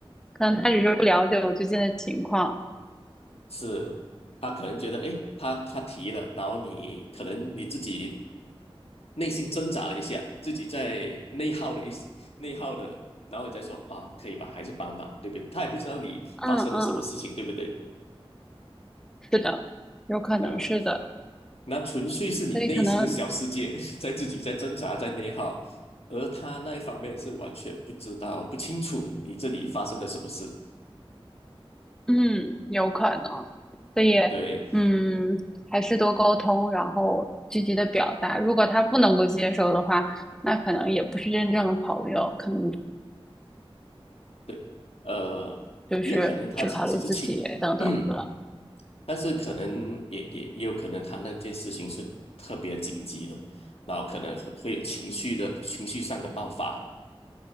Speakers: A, in the centre; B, on the left.
A: 可能他只是不了解我最近的情况。
B: 是他可能觉得诶，他他提了，然后你可能你自己内心挣扎了一下，自己在内耗了一内耗了，然后你再说啊，可以吧，还是帮忙，对不对？他也不知道你发生了什么事情，
A: 嗯嗯，
B: 对不对？
A: 是的，有可能是的，
B: 呃。那纯粹是你内心的小世界，
A: 所以可能
B: <laughs> 在自己在挣扎，在内耗，而他那一方面是完全不知道、不清楚你这里发生了什么事。
A: 嗯，有可能，所以
B: 对
A: 嗯，还是多沟通，然后积极的表达。如果他不能够接受的话，那可能也不是真正的朋友，可能
B: 对，呃，
A: 就是只考虑自己等等的。
B: 也可能他只只是情，<coughs> <clears throat> 但是可能也也也有可能他那件事情是特别紧急的，然后可能会会有情绪的情绪上的爆发。